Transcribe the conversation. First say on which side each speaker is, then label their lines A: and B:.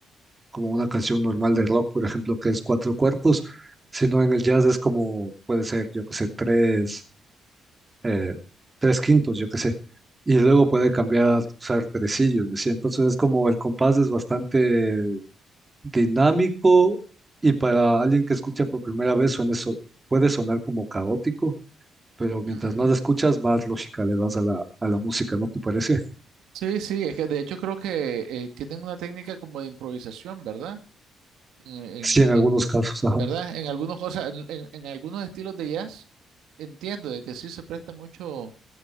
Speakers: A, on the right; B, on the right.
A: como una canción normal de rock, por ejemplo, que es cuatro cuartos, sino en el jazz es como, puede ser, yo que sé, tres, eh, tres quintos, yo que sé, y luego puede cambiar a usar tresillos, ¿sí? Entonces es como el compás es bastante dinámico y para alguien que escucha por primera vez suena eso, puede sonar como caótico pero mientras
B: Ujú.
A: más escuchas, más lógica le das a la, a la música, ¿no te parece? <laughs>
B: Sí, sí, es que de hecho creo que eh, tienen una técnica como de improvisación, ¿verdad? en, en-
A: Sí, en
B: en-
A: algunos casos, ajá.
B: ¿verdad? En algunas cosas, en, en- en algunos estilos de jazz, entiendo de que sí se presta mucho